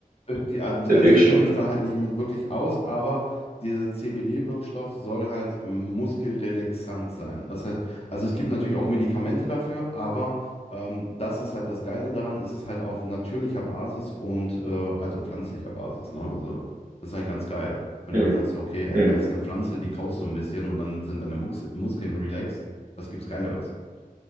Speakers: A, on the left; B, on the right.
A: Die- Also
B: Der Wirkstoff.
A: ich kenne mich da halt nicht mit wirklich aus, aber dieser CBD-Wirkstoff soll halt ähm, muskelrelaxant sein. Das heißt, also es gibt natürlich auch Medikamente dafür, aber ähm, das ist halt das Geile daran, es ist halt auf natürlicher Basis und äh, also pflanzlicher Basis. Ne? Also das ist halt ganz geil. Wenn
B: Mhm.
A: du dann sagst, okay, ey,
B: Mhm.
A: da ist eine Pflanze, die kaust du ein bisschen und dann sind deine Mux Muskeln relaxed, was gibt's Geileres?